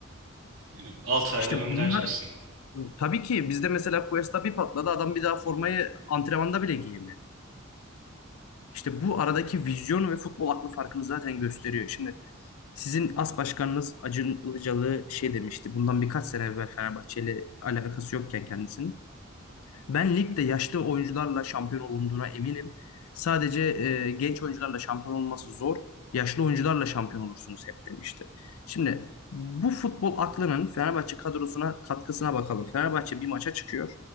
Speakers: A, on the right; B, on the left.
A: Değil mi? 6 ayda
B: İşte
A: göndereceksin.
B: bunlar tabii ki bizde mesela Cuesta bir patladı adam bir daha formayı antrenmanda bile giyemiyor. İşte bu aradaki vizyon ve futbol aklı farkını zaten gösteriyor. Şimdi Sizin as başkanınız Acun Ilıcalı şey demişti. Bundan birkaç sene evvel Fenerbahçe ile alakası yokken kendisinin. Ben ligde yaşlı oyuncularla şampiyon olunduğuna eminim. Sadece e, genç oyuncularla şampiyon olması zor. Yaşlı oyuncularla şampiyon olursunuz hep demişti. Şimdi bu futbol aklının Fenerbahçe kadrosuna katkısına bakalım. Fenerbahçe bir maça çıkıyor.